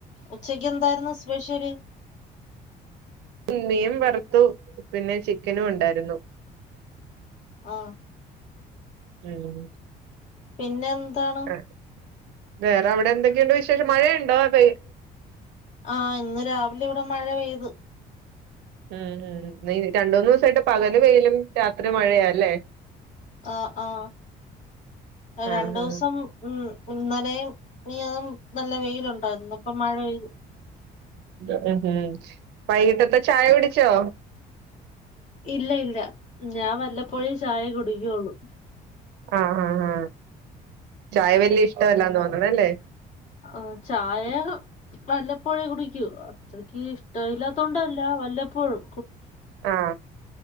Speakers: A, on the left; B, on the right.
A: ഉച്ചക്ക് എന്തായിരുന്നു സ്പെഷ്യല്
B: മീൻ വറുത്തു പിന്നെ ചിക്കനും ഉണ്ടായിരുന്നു
A: ആ
B: ഉം
A: പിന്നെ താണ്
B: ആ വേറെ അവിടെ എന്തൊക്കെയുണ്ട് വിശേഷം മഴയുണ്ടോ വെയി
A: ആ ഇന്ന് രാവിലെ ഇവിടെ മഴ പെയ്തു
B: ഉം ഉ വെയ്ല് രണ്ട് മൂന്ന് ദിവസമായിട്ട് പകല് വെയിലും രാത്രി മഴയാല്ലേ
A: ആ ആ രണ്ട്
B: ആ
A: ദിവസം
B: ആ
A: ഉം ഇന്നലെയും മിനിയാന്നും നല്ല വെയിലുണ്ടായിരുന്നു ഇപ്പ മഴ പെയ്തു
B: ഉം ഉം വൈകിട്ടത്തെ ചായ കുടിച്ചോ
A: ഇല്ല ഇല്ല ഞാൻ വല്ലപ്പോഴേ ചായ കുടിക്കുള്ളൂ
B: ആ ആആ ചായ വലിയ ഇഷ്ടമല്ലാന്ന് തോനാന്നുല്ലേ
A: ആ ചായ വല്ലപ്പോഴേ കുടിക്കൂ അത്രയ്ക്ക് ഇഷ് ഇഷ്ട ഇലാത്തൊണ്ടല്ല വല്ല പ്പോഴും
B: ആ